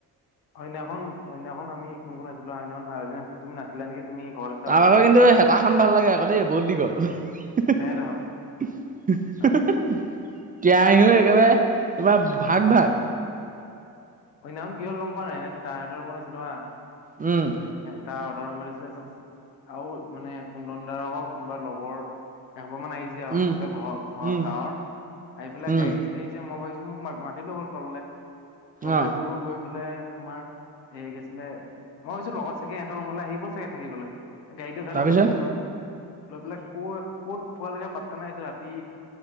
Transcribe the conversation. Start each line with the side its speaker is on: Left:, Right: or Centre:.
Left: সেইনাখন সেইনাখন আমি কোন কোন আছিলো সেইনাখন আৰু এজন আছিলে তুমি নাছিলা নেকি তুমি ঘৰত আছা
Right: তাৰ
Left: হপাই
Right: আগৰ কিন্তু হেতাখন ভাল লাগে আকৌ দেই বহুত দীঘ'ল <unintelligible>
Left: তেহেতৰ ঘৰ, অ
Right: কেৰাহিও একেবাৰে তোমাৰ ভাগ ভাগ
Left: সেইনাখন কি হল গম পোৱা নাই ন তাহাঁতৰ মত আছিলো হা
Right: উম
Left: টা অৰ্ডাৰ সোমাই দিছিলেছত আৰু মানে কু দণ্ডাৰ হ ও কোনোবা লগৰ এ ঘৰ মানুহ আহিছে আৰু
Right: উম
Left: এ ঘৰ ঘৰ
Right: উম
Left: গাঁৱৰ আহি পেলাই
Right: উম
Left: গাড়ীত আহিছে মই ভাবিছো মোক মাতি মাতিলৈ গ'ল তললে তললে
Right: অ
Left: গ'লো গৈ বোলে তোমাৰ এই গৈছিলে মই ভাবিছো লগত চাগে এহতৰ ৰুমলৈ আহিব চাগে থাকিবলে গাড়ীতে উঠাই
Right: তাৰপিছত
Left: লৈ গুচি গ'ল নহয় লৈ পেলাই ক' কত পোৱালৈকে পাত্তা নাইছে ৰাতি